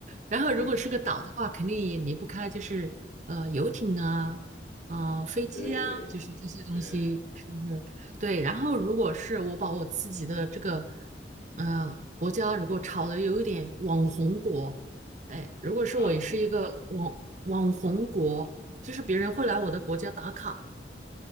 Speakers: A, on the right; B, on the left.
A: 然后如果是个岛的话，
B: 嗯，
A: 肯定也离不开就是呃游艇啊，啊、飞机啊，
B: 对
A: 就是这些东西，
B: 对
A: 是不是？对。然后如果是我把我自己的这个呃国家如果炒的有一点网红国，哎，如果是我也是一个网网红国，
B: 啊，
A: 就是别人会来我的国家打卡，